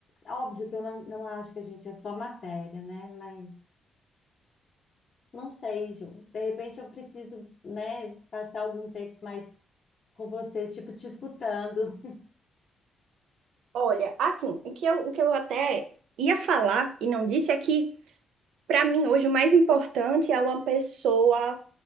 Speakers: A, on the left; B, on the right.
A: óbvio que eu não, não acho que a gente é só matéria, né? Mas não sei, Ju. De repente eu preciso, né, passar algum tempo mais com você, tipo, te escutando.
B: Olha, assim, o que eu, o que eu até ia falar e não disse é que, para mim, hoje o mais importante é uma pessoa